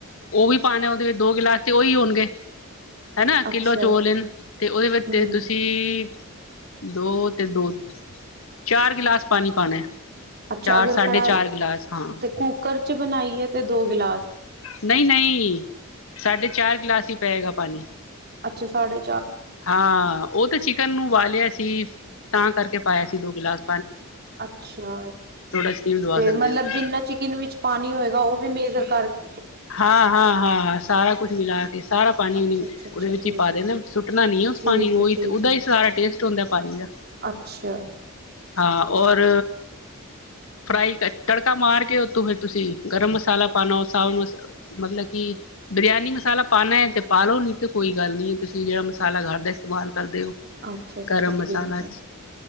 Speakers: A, on the left; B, on the right.
A: ਉਹ ਵੀ ਪਾਨਾ ਉਹਦੇ ਵਿੱਚ, ਦੋ ਗਿਲਾਸ ਤੇ ਉਈ ਹੋਣਗੇ। ਹੈਨਾ
B: ਅੱਛਾ
A: ਕਿੱਲੋ ਚੌਲ ਹੇਨ ਤੇ ਉਹਦੇ ਵਿੱਚ
B: ਹੂੰ
A: ਤੁਸੀਂ ਦੋ ਤੇ ਦੋ ਚਾਰ ਗਿਲਾਸ ਪਾਨੀ ਪਾਣਾ।
B: ਅੱਛਾ
A: ਚਾਰ
B: ਅਗਰ
A: ਸਾਢੇ
B: ਕੜਾਈ
A: ਚਾਰ ਗਿਲਾਸ ਹਾਂ
B: ਤੇ ਕੂਕਰ ਜੇ ਬਨਾਈਏ ਤੇ ਦੋ ਗਿਲਾਸ
A: ਨਈ ਨਈ, ਸਾਢੇ ਚਾਰ ਗਲਾਸ ਈ ਪਏਗਾ ਪਾਨੀ।
B: ਅੱਛਾ, ਸਾਡੇ
A: ਹਾਂ ਉਹ ਤਾਂ ਚਿ ਚਿਕਨ ਨੂੰ ਉਬਾਲਿਆ ਸੀ, ਤਾਂ ਕਰਕੇ ਪਾਇਆ ਸੀ ਦੋ ਗਲਾਸ
B: ਅੱਛਾ
A: ਸਟੀਮ ਦਵਾ
B: ਤੇ
A: ਸਕਦੇ
B: ਮਤਲਬ
A: ਹੋ ਤੁਸੀਂ
B: ਜਿੰਨਾ ਚਿਕੱਨ ਵਿੱਚ ਪਾਨੀ ਹੋਏਗਾ ਉਹ ਵੀ ਮੇਜ਼ਰ ਕਰ <inaudible> ਕੇ
A: ਹਾਂ-ਹਾਂ-ਹਾਂ-ਸਾਰਾ ਕੁੱਜ ਮੀਲਾ ਅਤੇ ਸਾਰਾ ਪਾਣੀ-ਉਣੀ
B: ਅੱਛਾ ਅੱਛਾ ਅੱਛਾ
A: ਉਹਦੇ ਵਿੱਚ
B: ਠੀਕ
A: ਹੀ ਪਾ ਦੇ ਨਾ ਏ,
B: ਹੈ
A: ਸੁਟਣਾ ਨਹੀਂ ਹੈ ਉਸ
B: ਠੀਕ
A: ਪਾਣੀ ਨੂੰ
B: ਠੀਕ ਹੈ ਠੀਕ
A: ਉਹਦਾ
B: ਹੈ
A: ਹੀ ਸਾਰਾ ਟੇਸਟ ਹੁਂਦਾ ਏ ਪਾਣੀ ਦਾ
B: ਅੱਛਾ
A: ਹਾਂ ਔਰ ਫਰਾਈ ਤੜਕਾ ਮਾਰ ਕੇ ਉੱਤੋਂ ਫਿਰ ਤੁਸੀਂ ਗਰਮ ਮਸਾਲਾ ਪਾਉਣਾ ਸਾਵਤ ਮਸਾ ਮਤਲਬ ਕਿ ਬਰਿਆਨੀ ਮਸਾਲਾ ਪਾਉਣਾ ਹੈ ਤੇ ਪਾ ਲਓ ਨੀ ਤੇ ਕੋਈ ਗੱਲ ਨੀ, ਤੁਸੀਂ ਜਿਹੜਾ ਮਸਾਲਾ ਘਰ ਦਾ ਇਸਤੇਮਾਲ ਕਰਦੇ ਉਹ
B: ਅੱਛਾ ਅੱਛਾ
A: ਗਰਮ
B: ਠੀਕ
A: ਮਸਾਲਾ
B: ਹੈ